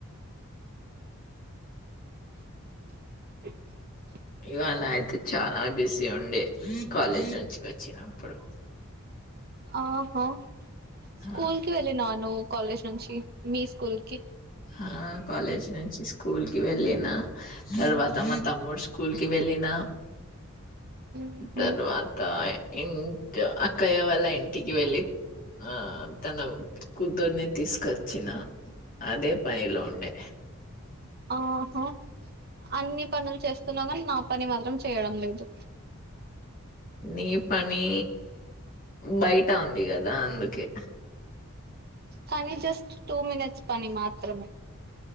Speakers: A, on the right (about 45°); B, on the left (about 40°).
A: <inaudible>
B: ఇవాళ ఐతే చాలా బిజీ ఉండే కాలేజ్ నుంచి ఒచ్చినప్పుడు
A: ఆహా స్కూల్కి
B: ఆ
A: వెళ్ళినవ నువు కాలేజ్ నుంచి మీ స్కూల్కి
B: ఆ కలేజ్ నుంచి స్కూల్ కి వెళ్ళిన తర్వాత మా తమ్ముడు స్కూల్కి వెళ్ళిన
A: ఉహు
B: తర్వాత ఇ ఇంట్ అక్కయ్య వాళ్ళ ఇంటికి వెళ్ళి ఆ తన కూతుర్ని తీస్కొచ్చిన అదే పయ్లో ఉండే
A: ఓహో అన్ని పనులు చేస్తున్నవ్ గనీ మా పని మాత్రం చేయడం లేదు
B: నీ పనీ బయట ఉంది గదా అందుకె
A: కనీ జస్ట్ టూ మినట్స్ పని మాత్రమె